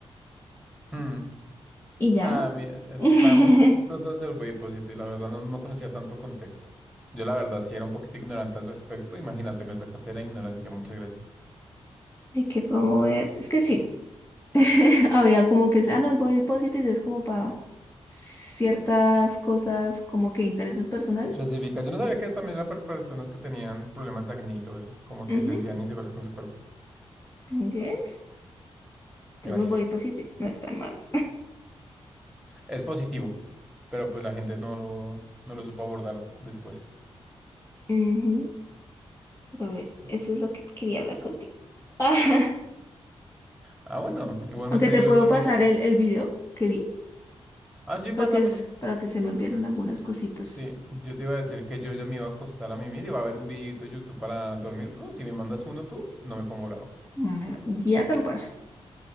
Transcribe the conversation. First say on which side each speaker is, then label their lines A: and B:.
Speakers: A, in the centre; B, on the left.
A: Mm.
B: Y ya,
A: Nada, mi-
B: <laughs>
A: está
B: hay
A: muy chistoso el positivo y la verdad no, no conocía tanto contexto. Yo la verdad sí era un poquito ignorante al respecto. Imagínate, me sacaste de la ignorancia. Muchas gracias.
B: que promover, es que sí, <laughs> había como que, ah, no, el body positive es como para ciertas cosas, como que intereses personales.
A: específica. Yo no sabía que también era para personas que tenían problemas de acné y todo eso, como que
B: Ujú,
A: sentían inseguras con su cuerpo.
B: Así es. Entonces
A: Gracias.
B: el body positive no es tan malo.
A: Es positivo, pero pues la gente no lo, no lo supo abordar después.
B: Ujú, pero bien,
A: Pero-
B: Eso es lo que quería hablar contigo. <laughs>
A: Ah, bueno, igualmente
B: Aunque te
A: yo
B: puedo
A: también
B: pasar
A: te...
B: el, el video que vi.
A: Ah, sí,
B: porque
A: pásamelo.
B: es para que se me olvidaron algunas cositas.
A: Sí, yo te iba a decir que yo ya me iba a acostar a mimir y va a haber un videito de YouTube para dormir, pero si me mandas uno tú, no me pongo bravo.
B: Bueno, ya te lo paso.